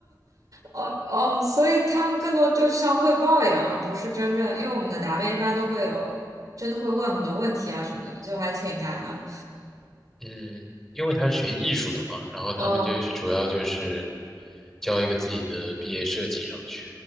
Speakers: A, on the right; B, in the centre.
A: 哦哦，所以他们更多就像汇报一样，而不是真正，因为我们的答辩一般都会有，真的会问很多问题啊什么的，就还挺难的。
B: 嗯，因为他是学艺术的嘛，然后他们就是主要就是
A: 嗯，
B: 交一个自己的毕业设计上去。